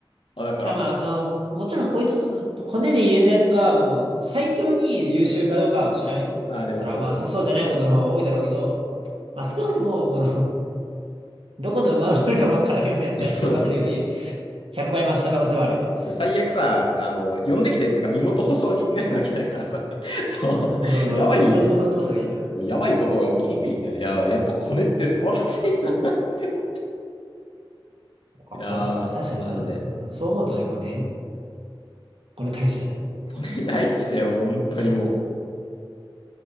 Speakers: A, on the left; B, on the right.
A: あ、だから、
B: だまあ、あの、もちろんこいつ、骨に入れたやつはもう最強に優秀かどうかは知らんよ。
A: ああ、でもそう。
B: ほら、まあ、そう、そうじゃないことの方が多いだろうけど、まあ少なくとも、この、<laughs> どこの馬が乗のかわからんような奴らに任せるより、
A: <laughs> そうそうそう。
B: 100倍マシな可能性はあるよね。
A: 最悪さ、あの、呼んできたやつが身元保証人になるわけだからさ、<laughs> そう、
B: そうそうそう、
A: やばい、
B: そいつごと吹っ飛ばせばいいよ。
A: やばいことが起きにくいんだよね。いややっぱコネって素晴らしいなって思
B: あ骨確かにな。
A: う。いやー、マジで。
B: そう思うとね、骨、骨大事だね。
A: コネ <laughs> 大事だよ、本当にも